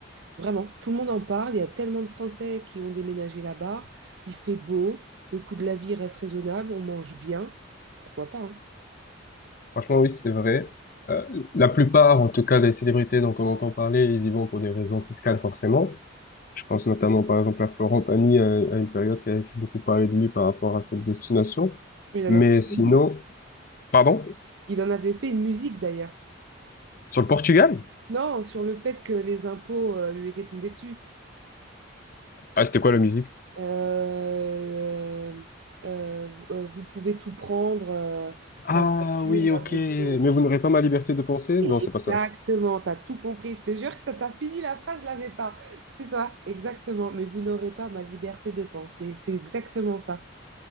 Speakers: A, on the right; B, on the left.
A: Vraiment, tout le monde en parle. Il y a tellement de Français qui ont déménagé là-bas. Il fait beau, le coût de la vie reste raisonnable, on mange bien. Pourquoi pas, hein
B: Franchement, oui, c'est vrai. Euh, la plupart, en tout cas, des célébrités dont on entend parler, ils y vont pour des raisons fiscales, forcément. Je pense notamment, par exemple, à Florent Pagny, euh, à une période qui avait fait beaucoup parler de lui par rapport à cette destination.
A: Il en
B: Mais
A: a fait
B: sinon,
A: une musique.
B: pardon?
A: Il en avait fait une musique d'ailleurs.
B: Sur le Portugal?
A: Non, sur le fait que les impôts euh, lui étaient tombés dessus.
B: Ah, c'était quoi la musique?
A: Euh, euh, euh, vous pouvez tout prendre, euh,
B: Ah
A: ma voiture,
B: oui,
A: ma
B: ok.
A: maison,
B: Mais vous n'aurez pas ma liberté de penser? Non, c'est
A: Exactement,
B: pas ça.
A: t'as tout compris. Je te jure que ça t'a fini la phrase, je l'avais pas. C'est ça, exactement. Mais vous n'aurez pas ma liberté de penser. C'est exactement ça.